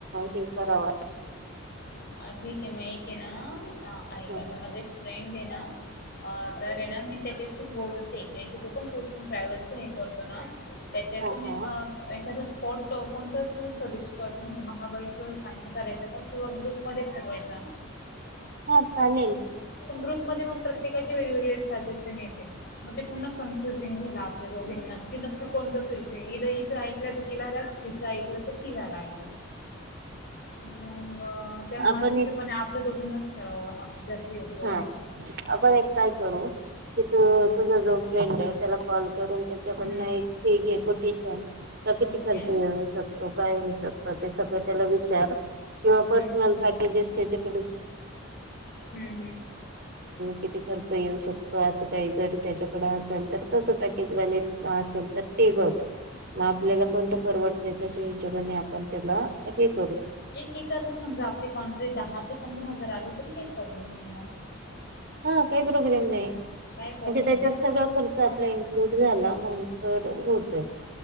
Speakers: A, on the right (about 45°); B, on the left (about 45°).
A: हे कराव
B: अ ठीक आहे मग एक आहे ना ऐक
A: ह
B: आता माझा एक फ्रेंड आहे ना अ तर आहे ना मी त्याच्याशी बोलते कारण की तो पण टूर्स अँड ट्रॅव्हल्स हे करतो ना त्याच्याकडून
A: हा हा
B: एक एखाद पॉट तर तू सजेस्ट करते म्हणजे महाबळेश्वर फायनल करायचं का किंवा ग्रुप मध्ये ठरवायचा
A: हा चालेल
B: ण ग्रुप मध्ये मग प्रत्येकाचे वेगवेगळे सजेशन येते मग ते पूर्ण कन्फ्युजिंग होईल आपल्या अभि नक्की नक्की कोणताच विषय इला इिचं ऐकलंय तर तिला राग तिचं ऐकलं तर तिला राग ये मग त्या माझ्या
A: आपण
B: हिशोबाने
A: एक
B: आपल्या दोघींनाच ठरावं जास्त योग्य
A: हा
B: राहील.
A: आपण एक काय करू की तू तुझा जो फ्रेंड आहे त्याला कॉल करून त्याच्याकडन
B: हम्म
A: एक हे घे कोटेशन तर किती
B: हम्म
A: खर्च घेऊ शकतो काय श स त्या विचार किं पर् प प्रस्नल
B: हम्म
A: ते <inaudible>
B: हम्म.
A: किती खर्च येऊ शकतो असं काही जरी त्याच्याकडे असेल तर तसं पॅकेज वलेज असेल ते बघ मग आपल्याला
B: ओके.
A: कोणत परवडतय तशा हिशोबाने आपण त्याला दे वू
B: एक एकाला समजा आपली कॉन्ट्रेक्ट दहा ते पंधरा हजार आली तरी काही प्रॉब्लेम नाही ना
A: काही प्रोब्म नाही म्हणजे
B: काही प्रॉब्लेम
A: त्याच्यात
B: नाही ना.
A: सगळा खर्च
B: हा
A: आपला इन्क्लूड झाला म्ह तर होतय